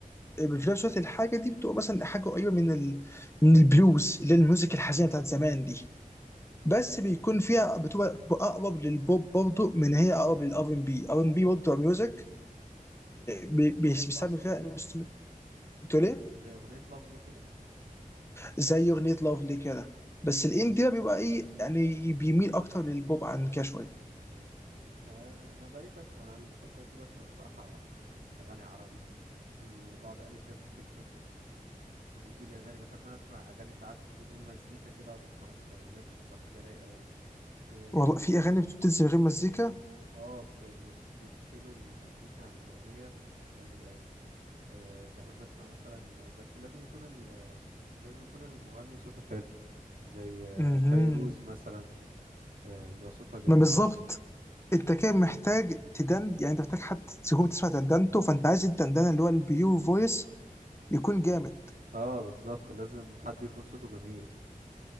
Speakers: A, on the left (about 20°); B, on the right (about 80°).
A: في نفس الوقت الحاجه دي بتبقى مثلا حاجه قريبه من ال... من البلوز اللي هي الميوزك الحزينه بتاعت زمان دي بس بيكون فيها بتبقى بتبقى اقرب للبوب برضه من هي اقرب للار ان بي ار ان بي برضه بتبقى ميوزك
B: زي
A: بي-
B: اغنية
A: بيس- بيستعمل
B: لافلي
A: فيها
B: كده
A: انسترومنت بتقول ايه
B: زي اغنية لافلي كده
A: زي اغنيه لافلي كده بس الاندي
B: آه.
A: ده بيبقى ايه يعني بيميل اكتر للبوب عن كده شويه
B: ايوه آه، انا بقيت أس... انا الفترة دي بسمع بصراحة اغاني عربي إيه، بقعد اقلب كده في التيك توك بيجي لي اغاني بحب انا اسمع اغاني ساعات بدون مزيكا كده اقعد اسمع الكلمات بتبقى حاجه رايقه قوي اه
A: والله في اغاني بتنزل من غير مزيكا
B: آه، بت- بيفص- بيفصلوا المزيكا عن الاغنيه بتبقى جامده قوي أه بحب اسمع مثلا بس لازم يكون ال... لازم يكون المغني صوته حلو زي آه،
A: امم
B: فيروز مثلا آه، بيبقى صوتها جميل
A: ما بالظبط
B: قوي
A: انت كده محتاج تدند يعني انت محتاج حد تكون تسمع دندنته فانت عايز الدندنه اللي هو البيور فويس يكون جامد
B: اه بالظبط لازم حد يكون صوته جميل